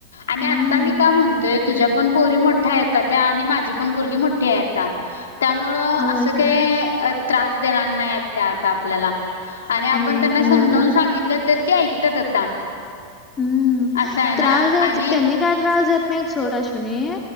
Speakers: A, on the left (about 65°); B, on the left (about 20°).
A: आणि आता
B: हम्म
A: मी का म्हणतोय तुझ्या पण पोरी मोठ्यायता त्या आणि माझी पण पोरगी मोठीय आता त्यामुळं
B: होय
A: असं
B: की
A: काही त्रास देणार नाहीत त्या आता आपल्याला आणि आपण
B: नाही
A: त्यांना
B: नाही बरोबर
A: समजावून सांगितलं तर ते ऐकतात आता
B: हम्म
A: असं आहे ना
B: त्रास द्यायच
A: आणि
B: त्यांनी काय त्रास देत सोड आश्विनी